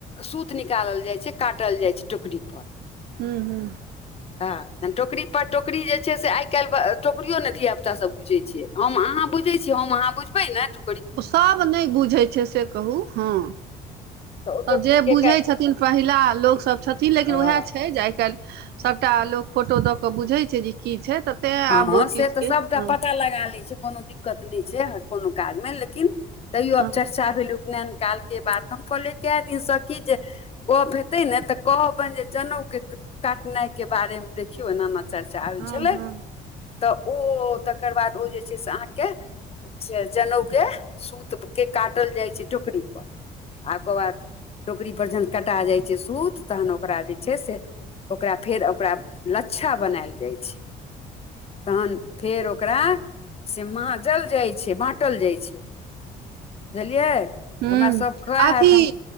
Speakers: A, on the left (about 35°); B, on the right (about 75°).
A: सूत निकालल जाय छै काटल जाय छै टोकरी पर।
B: हूं हूं।
A: हँ। तहन टोकरी पर टोकरी जे छै से आइ काल्हि टोकरीयो ने धिया पुता सब बुझे छ हम अहाँ बुझे छीय हमअहा। बुझबै ने त।
B: सभ नहि बुझैत छै से कहू हँ।
A: तऽ ओ
B: त
A: टोकरी
B: जे
A: के
B: बुझै
A: कै
B: छथिन पहिला लोकसब छथिन लेकिन
A: हँ
B: वएह छै जे आइ काल्हि। सभटा लोक फोटो दऽ कऽ बुझैत छै जे की छै तऽ। तें आब
A: हँ
B: ओ
A: से
B: चीजके
A: तऽ सभटा
B: हँ
A: पता लगा लैत छै कोनो दिक्कत नहि छै ह कोनो काजमे लेकिन। तैयो आब
B: हँ
A: चर्चा भेल उपनैन काल के बाद तऽ हम कहलियै कए दिनसँ की जे। गप हेते ने तऽ कहबनि जे जनैउ के काटनाइ के बारे मे देखियो ऐना। चर्चा होई
B: हँ
A: छलै।
B: हँ
A: तऽ ओ तकर बाद ओ जे छै से अहाँके जनैउ के सुत। थुप के काटल जाइ छै टोकरी पर, आ ओकर बाद। टोकरी पर जखन कटा जाइ छै सूत, तखन ओकरा जे छै से ओकरा फेर ओकरा लच्छा बनायल जाइ छै। तहन फेर ओकरा से माँजल जाइ छै, बाँटल जाइ छै। बुझलियै।
B: हम्म
A: हमरा सभ कहै
B: आथी
A: हए तऽ हम